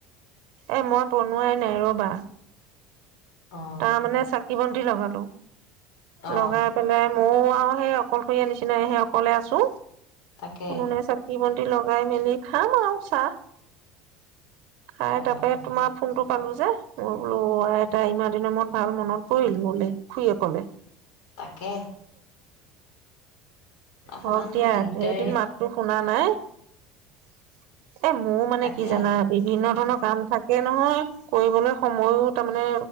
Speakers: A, on the right (about 60°); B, on the left (about 70°).
A: এ মই বনোৱাই নাই ৰবা।
B: অ'
A: তাৰ মানে চাকি বন্তি লগাম
B: অ'
A: <unintelligible> লগাই পেলাই মোৰ অ সেই অকলশৰীয়া নিচিনাই সেই অকলে আছো।
B: তাকে
A: উনে চাকি বন লগাই মেলি খাম আৰু চাহ খাই,
B: খাবা
A: তাৰপৰা
B: খাবা।
A: তোমাৰ ফোনটো পালোঁ যে, মোৰ ল এটা ইমান দে <unintelligible> মোক ভাল মনত পৰিল মোলে খুড়ীয়ে কলে।
B: তাকে অকমান
A: হওক দিয়া।
B: দিগদাৰে
A: ধেইদিন মাতটো শুনা নাই এ, মোৰ, মানে,
B: তাকে
A: কি জানা, বিভিন্ন ধৰণৰ কাম থাকে নহয়। কৰিবলৈ সময়ো, তাৰমানে,